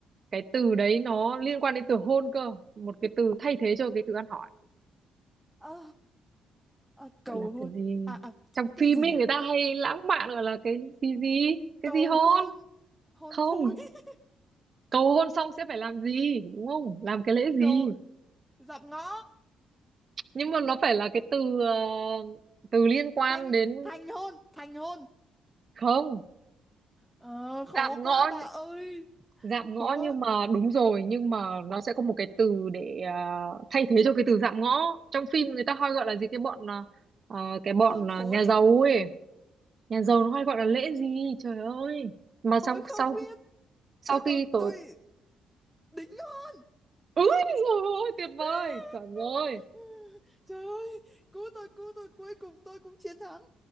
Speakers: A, on the right; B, in the centre.
A: cái từ đấy nó liên quan đến từ hôn cơ một cái từ thay thế cho cái từ ăn hỏi
B: Ờ, ờ, cầu
A: gọi là
B: hôn.
A: cái gì
B: À à,
A: trong
B: cái
A: phim
B: gì
A: ấy
B: nhỉ?
A: người ta hay lãng mạn gọi là cái gì gì cái
B: Cầu
A: gì hôn
B: hôn hôn
A: không
B: phối. <laughs>
A: cầu hôn xong sẽ phải làm gì đúng không làm cái lễ gì
B: Cầu dạm ngõ
A: nhưng mà nó phải là cái từ ờ, từ liên quan
B: thành
A: đến
B: thành hôn thành hôn
A: không
B: Ờ, khó
A: dạm ngõ
B: quá bà ơi
A: dạm
B: khó
A: ngõ
B: quá
A: nhưng mà đúng rồi nhưng mà nó sẽ có một cái từ để à, thay thế cho cái từ dạm ngõ trong phim người ta hay gọi là gì cái bọn à, à, cái bọn
B: hôn
A: à,
B: phối
A: nhà giàu ấy nhà giàu nó hay gọi là lễ gì trời ơi mà xong
B: tôi không
A: sau
B: biết
A: sau
B: tôi
A: khi
B: cầu
A: tổ
B: tôi đính hôn
A: ui trời ơi tuyệt
B: <laughs>
A: vời chuẩn rồi
B: trời ơi cứu tôi cứu tôi cuối cùng tôi cũng chiến thắng